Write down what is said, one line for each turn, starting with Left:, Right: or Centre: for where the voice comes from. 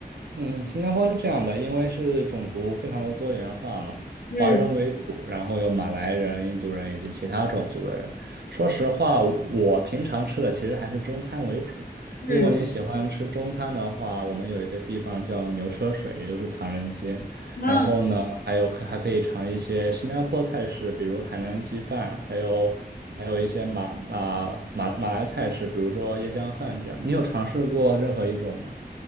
Right: 嗯，新加坡是这样的，因为是种族非常的多元化嘛，
Left: 嗯
Right: 华人为主，然后有马来人、印度人以及其他种族的人。说实话，我平常吃的其实还是中餐为主。
Left: 嗯。
Right: 如果你喜欢吃中餐的话，我们有一个地方叫牛车水，也就是唐人街。
Left: 啊
Right: 然后呢，还有还可以尝一些新加坡菜式，比如海南鸡饭，还有还有一些马马马马来菜式，比如说椰浆饭这样。你有尝试过任何一种吗？